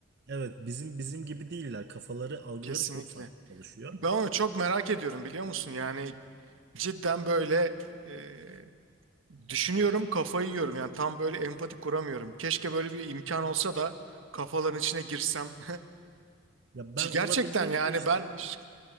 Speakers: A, on the right; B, on the right.
A: evet bizim bizim gibi değiller. Kafaları, algıları
B: kesinlikle.
A: çok farklı çalışıyor.
B: Ben onu çok merak ediyorum biliyor musun? Yani cidden böyle e, düşünüyorum kafayı yiyorum yani tam böyle empati kuramıyorum. Keşke böyle bir imkan olsa da kafaların içine girsem. <laughs>
A: Ya
B: C
A: ben olabildiğince
B: Gerçekten yani
A: işte
B: ben ş-